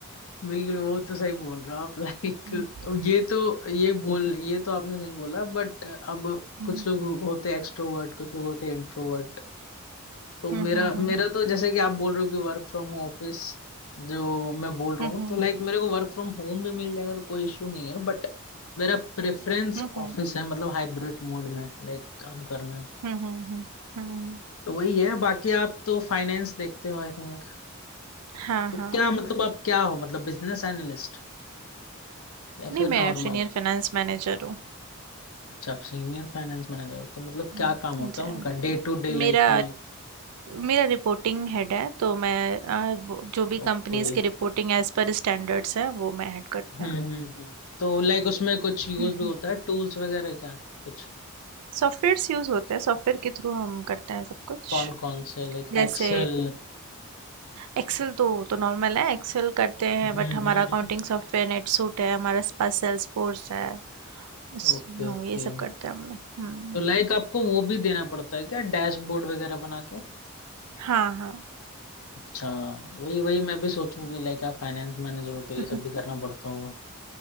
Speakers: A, on the left; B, on the right.
A: बिल्कुल वो तो सही बोल रहे हो आप <laughs> लाइक
B: हम्म
A: ये तो ये बोल ये तो आपने सही बोला बट अब
B: हम्म
A: कुछ लोग होते एक्सट्रोवर्ट कुछ लोग होते इंट्रोवर्ट तो
B: हम्म
A: मेरा
B: हम्म
A: मेरा तो जैसे कि आप बोल रहे हो कि वर्क फ्रॉम ऑफिस जो मैं बोल रहा
B: हम्म
A: हूँ तो लाइक मेरे को वर्क फ्रॉम होम भी मिल जाएगा तो कोई इशू नहीं है बट मेरा प्रेफरेंस
B: हम्म हम्म
A: ऑफिस है मतलब हाइब्रिड मोड में लाइक काम करना है,
B: हम्म हम्म, हम्म, हम्म,
A: तो वही है बाकी आप तो फाइनेंस देखते हो आई थिंक
B: हाँ
A: तो क्या
B: हाँ
A: मतलब आप क्या हो मतलब बिजनेस एनालिस्ट या
B: नहीं
A: फिर
B: मैं
A: नॉर्मल
B: सीनियर फाइनेंस मैनेजर हूँ
A: अच्छा आप सीनियर फाइनेंस मैनेजर तो मतलब
B: हम्म,
A: क्या काम होता
B: जी
A: है
B: हाँ।
A: उनका डे टू डे लाइफ
B: मेरा
A: में
B: मेरा रिपोर्टिंग हेड है तो मैं अ, वो- जो भी
A: ओके
B: कंपनीज की रिपोर्टिंग एज पर स्टैंडर्ड्स है वो मैं हेड करती
A: Hmm
B: हूँ
A: hmm hmm तो लाइक उसमें कुछ यूज
B: हम्म
A: भी होता है टूल्स वगैरह क्या कुछ
B: सॉफ्टवेयर्स यूज होते हैं सॉफ्टवेयर के थ्रू हम करते हैं सब कुछ
A: कौन कौन से Like
B: जैसे
A: excel
B: एक्सेल तो तो नॉर्मल है एक्सेल करते हैं
A: Hmm
B: बट
A: hmm
B: हमारा अकाउंटिंग
A: हम्म
B: सॉफ्टवेयर नेटसूट है हमारे पास सेल्सफोर्स है बस,
A: Okay
B: हाँ
A: okay
B: ये सब करते हैं हम लोग हम्म
A: तो लाइक आपको वो भी देना पड़ता है क्या डैशबोर्ड वगैरह बना के
B: हाँ हाँ
A: अच्छा वही वही मैं भी सोचूं कि लाइक आप फाइनेंस मैनेजर हो तो
B: <laughs>
A: ये सब
B: हम्म
A: भी करना पड़ता होगा